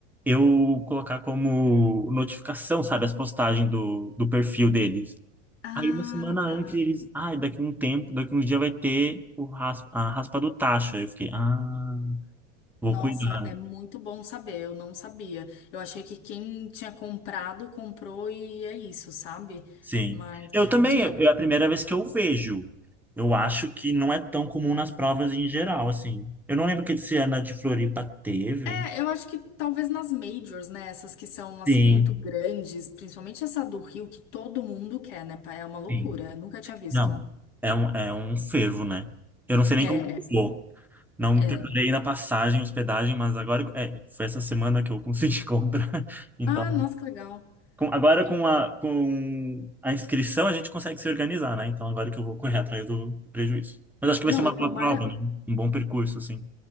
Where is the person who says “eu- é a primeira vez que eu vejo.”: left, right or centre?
Centre